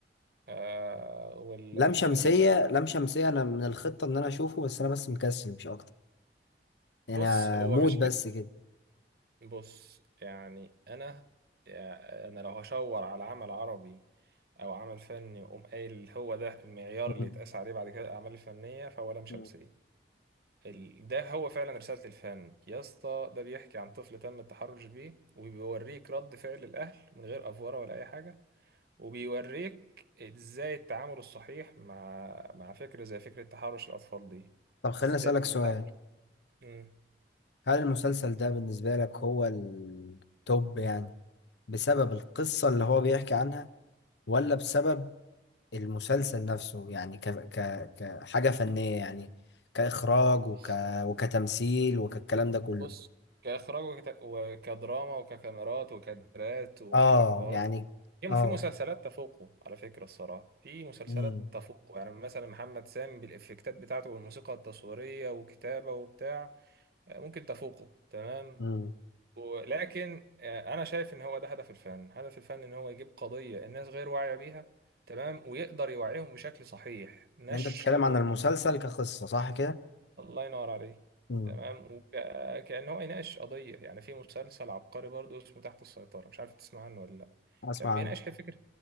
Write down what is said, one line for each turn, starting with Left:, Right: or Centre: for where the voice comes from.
Right: آه وال
Left: لام
Right: ال...
Left: شمسية
Right: ال-
Left: لام شمسية أنا من الخطة إن أنا أشوفه بس أنا بس مكسل مش أكتر يعني
Right: بص هو
Left: موت
Right: مش
Left: بس
Right: حك
Left: كده
Right: بص يعني أنا يعني أنا لو هشاور على عمل عربي أو عمل فني وأقوم قايل هو ده المعيار
Left: مم.
Right: اللي يتقاس عليه بعد كده الأعمال الفنية فهو لام شمسية
Left: مم.
Right: ال... ده هو فعلا رسالة الفن يا اسطى ده بيحكي عن طفل تم التحرش بيه وبيوريك رد فعل الأهل من غير أفورة ولا أي حاجة وبيوريك ازاي التعامل الصحيح مع مع فكرة زي فكرة تحرش الأطفال دي
Left: طب خليني
Right: ازاي
Left: أسألك
Right: نتعامل
Left: سؤال
Right: مم.
Left: هل المسلسل ده بالنسبة لك هو التوب يعني بسبب القصة اللي هو بيحكي عنها ولا بسبب المسلسل نفسه يعني ك... ك... كحاجة فنية يعني كإخراج وك...
Right: بص
Left: وكتمثيل وكالكلام ده كله
Right: بص كإخراج وكت... وكدراما وككاميرات وكادرات ومش
Left: اه
Right: عارف حوارات
Left: يعني
Right: في
Left: اه
Right: في مسلسلات تفوقه على فكرة الصراحة في مسلسلات
Left: امم
Right: تفوقه يعني مثلا محمد سامي بالإفكتات بتاعته والموسيقى التصويرية وكتابة وبتاع آه، ممكن تفوقه تمام
Left: امم
Right: ولكن آه، انا شايف ان هو ده هدف الفن هدف الفن ان هو يجيب قضية الناس غير واعية بيها تمام ويقدر يوعيهم بشكل صحيح نشر
Left: يعني انت بتتكلم
Right: الوعي
Left: عن المسلسل كقصة صح كده
Right: الله ينور عليه
Left: امم
Right: تمام وكأن هو يناقش قضية يعني في مسلسل عبقري برضو اسمه تحت السيطرة مش عارف تسمع عنه ولا لا
Left: اسمع
Right: كان بيناقش
Left: عنه
Right: فكرة